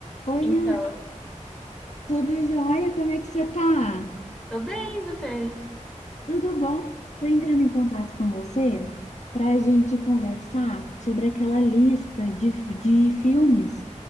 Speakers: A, on the left; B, in the centre.
A: Oi,
B: Então,
A: Ana, tudo jóia? Como é que você tá?
B: tô bem, e você?
A: Tudo bom? Tô entrando em contato com você para a gente conversar sobre aquela lista de, de filmes